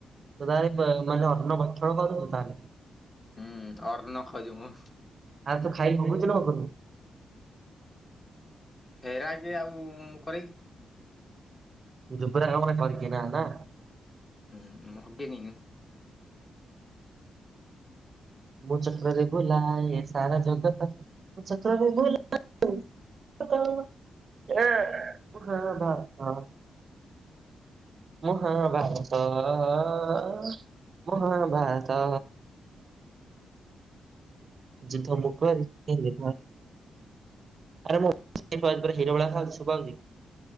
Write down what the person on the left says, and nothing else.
ହୁଁ ଅର୍ଣ୍ଣ ଖାଉଛି ମୁଁ
ହେରା କିଏ ଆଉ କରକି
ହୁଁ ମୁଁ ହଗିନି।